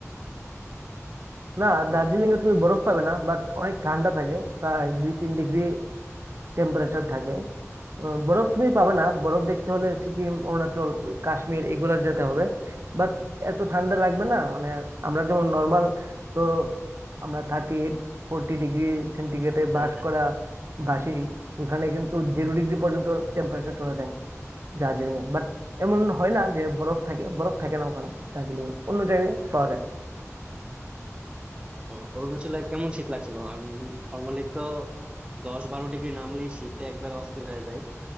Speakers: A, on the right; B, on the right.
A: না দার্জিলিং এ তুমি বরফ পাবে না বাট অনেক ঠান্ডা থাকে প্রায় দুই তিন ডিগ্রি টেম্পারেচার থাকে আহ, বরফ তুমি পাবে না বরফ দেখতে হলে সিকিম অরুণাচল ওই কাশ্মীর এগুলা যেতে হবে বাট এত ঠান্ডা লাগবে না মানে আমরা যেমন নর্মাল তো আমরা থার্টি এইট ফোরটি ডিগ্রি সেন্টিগ্রেডে
B: হ্যাঁ
A: বাস
B: হ্যাঁ।
A: করা বাসি ওখানে কিন্তু জিরো ডিগ্রি পর্যন্ত টেম্পারেচার চলে যায় দার্জিলিং এ বাট এমন হয় না যে বরফ থাকে বরফ থাকে না ওখানে দার্জিলিং এ অন্য জায়গায় পাওয়া যায়
B: তো অরুণাচলে কেমন শীত লাগছিল আমি নর্মালি তো দশ বারো ডিগ্রি নামলেই শীতে একবার অস্থির হয়ে যায়